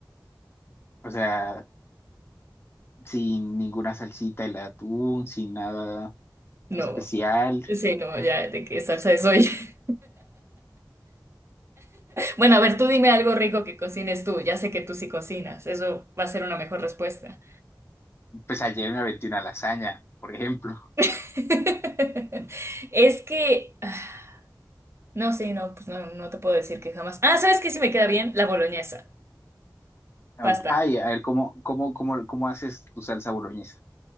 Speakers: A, on the left; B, on the right.
A: o sea, sin ninguna salsita, el atún, sin nada
B: No,
A: especial.
B: sí, no, ya de qué salsa soy <laughs> Bueno, a ver, tú dime algo rico que cocines tú. Ya sé que tú sí cocinas. Eso va a ser una mejor respuesta.
A: Pues ayer me aventé una lasaña, por ejemplo.
B: <laughs> Es que, ah, no, sí, no, pues no, no te puedo decir que jamás. Ah, ¿sabes qué sí me queda bien? La boloñesa.
A: Ok,
B: Pasta.
A: Ay, a ver, ¿cómo, cómo, cómo, cómo haces tu salsa boloñesa?